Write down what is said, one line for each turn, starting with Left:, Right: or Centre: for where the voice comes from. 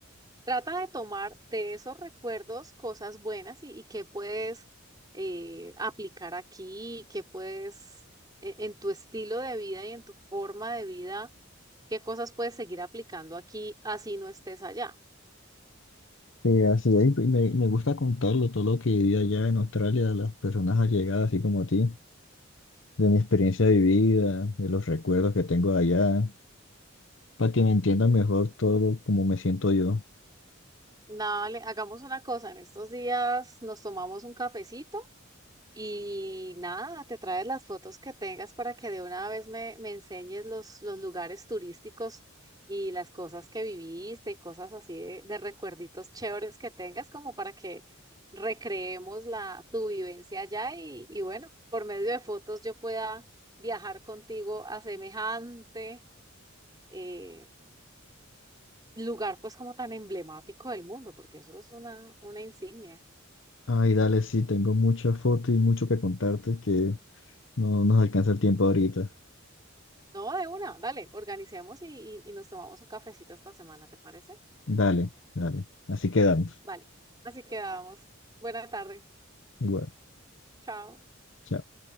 Right: Trata de tomar de esos recuerdos cosas buenas y, y qué puedes eh, aplicar aquí, qué puedes e- en tu estilo de vida y en tu forma de vida, qué cosas puedes seguir aplicando aquí así no estés allá.
Left: Y así es, y me, me gusta contarlo, todo lo que viví allá en Australia, a las personas allegadas, así como a ti, de mi experiencia vivida, de los recuerdos que tengo allá, para que me entiendan mejor todo como me siento yo.
Right: Dale, hagamos una cosa, en estos días nos tomamos un cafecito Y nada, te traes las fotos que tengas para que de una vez me, me enseñes los, los lugares turísticos y las cosas que viviste y cosas así de, de recuerditos chéveres que tengas, como para que recreemos la, tu vivencia allá y, y bueno, por medio de fotos yo pueda viajar contigo a semejante eh, lugar pues como tan emblemático del mundo, porque eso es una, una insignia.
Left: Ay, dale, sí, tengo muchas fotos y mucho que contarte que No no nos alcanza el tiempo ahorita.
Right: No, de una, dale, organicemos y, y, y nos tomamos un cafecito esta semana, ¿te parece?
Left: Dale, dale. Así quedamos.
Right: Vale, así quedamos. Buena tarde,
Left: Igual.
Right: chao.
Left: chao.